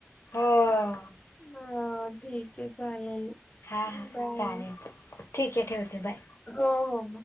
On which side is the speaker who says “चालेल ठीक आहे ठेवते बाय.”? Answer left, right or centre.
Left